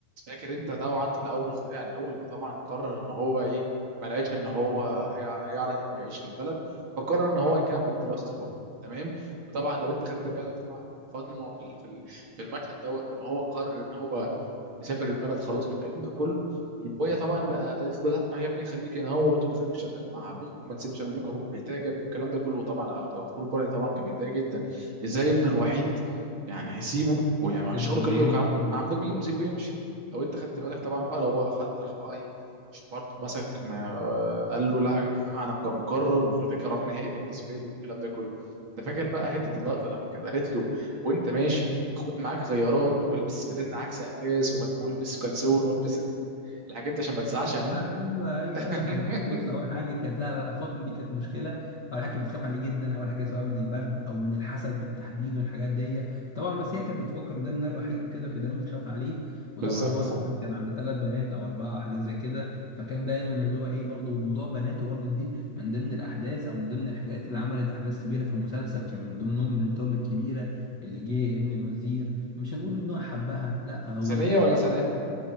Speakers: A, on the right; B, on the left.
A: فاكر انت طبعا في الاول يعني اول ما طبعا قرر ان هو بقى ايه ما لقاش ان هو هيع- هيعرف يعيش في البلد فقرر ان هو يكمل دراسته بره تمام وطبعا لو انت خدت بالك طبعا فاطمه في ال- في ال- في المشهد دوت لما هو قرر ان هو يسافر البلد خلاص والكلام ده كله وهي طبعا بقى قالت له لا يا ابني خليك هنا اهوت وخليك شغال مع ابوك وما تسيبش ابوك ابوك محتاجك والكلام ده كله طبعا عبد الغفور البرعي طبعا كان متضايق جدا ازاي ابنه الوحيد يعني هيسيبه ويعني
B: سيبني
A: شغله كله
B: ويمشي
A: كان عند مين وسيبه يمشي لو انت خدت بالك طبعا بقى لو هو حتى راح بقى ايه برضه مسك ما قال له لا يا جماعه انا مقرر وده قرار نهائي بالنسبه لي والكلام ده كله انت فاكر بقى حته اللقطه لما كانت قالت له وانت ماشي خد معاك غيارات والبس فانلة عكس عكاز وما- والبس كلسون والبس ال- ال- الحاجات دي عشان ما تسعش يعني
B: ايوه ايوه
A: <laughs>
B: ايوه كان كان بص اول حاجه كانت لا لا لا، فاطمه دي كانت مشكله اول حاجه كانت بتخاف عليه جدا اول حاجه سواء من البرد او من الحسد بالتحديد والحاجات دي طبعا بس هي كانت بتفكر ان ده منها الوحيد وكده كان دايما بتخاف عليه وطبعا
A: بالظبط
B: هو مم. طبعا كان على ثلاث بنات او اربعه حاجات زي كده فكان دايما اللي هو ايه برضه موضوع بناته برضه دي من ضمن الاحداث او من ضمن الحاجات اللي عملت احداث كبيره في المسلسل كان من ضمنهم بنتهم الكبيره اللي جه ابن الوزير مش هنقول ان هو حبها لا هو
A: ثانية
B: ضحك
A: ولا ثناء